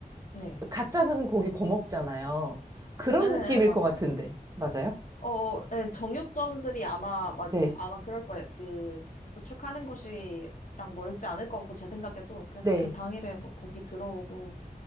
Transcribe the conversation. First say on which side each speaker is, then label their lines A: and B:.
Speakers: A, on the left; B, on the right.
A: 네.
B: 갓 잡은 고기 거먹잖아요. 그런
A: 예, 예,
B: 느낌일
A: 맞아요.
B: 것 같은데. 맞아요?
A: 어, 네, 정육점들이 아마, 마,
B: 네.
A: 아마 그럴 거예요. 그, 도축하는 곳이랑 멀지 않을 것 같고, 제 생각에도. 그래서
B: 네.
A: 그 당일에 뭐 고기 들어오고,